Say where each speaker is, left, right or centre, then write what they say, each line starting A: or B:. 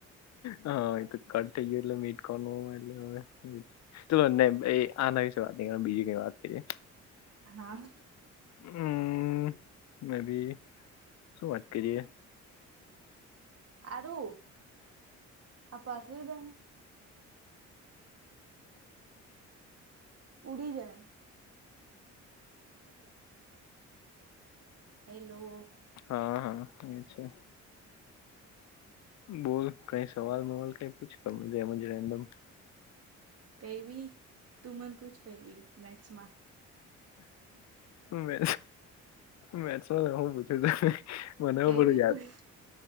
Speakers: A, on the left; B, on the right.
A: હા એ તો કટ થઈ ગયો એટલે મીટ કો એટલે હવે તો આના વિશે વાત નઈ કરવાની બીજી કઈ વાત કરીએ
B: હા.
A: હમ્મ મે બી શું વાત કરીએ
B: આરું આ પાછરી દેને ઉડી જાય આખું જાય હેલો.
A: હા હા એ છે. બોલ કઈ સવાલ મવાલ કઈ પૂછ એમજ રેન્ડમ
B: કઈ ભી તું મન પૂછ કઈ ભી મેથસમા
A: મે મેસ હુ પૂછુ ત મનેવું
B: કઈ
A: બરું
B: બી
A: યાર
B: પૂછ